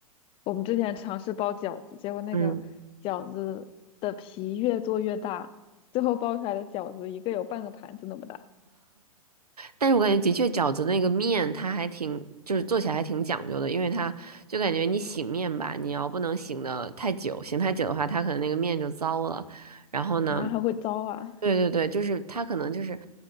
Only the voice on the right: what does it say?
嗯，
但是我感觉的确饺子那个面它还挺，就是做起来还挺讲究的，因为它就感觉你醒面吧，你要不能醒的太久，醒太久的话，它可能那个面就糟了。然后呢，
对对对，就是它可能就是，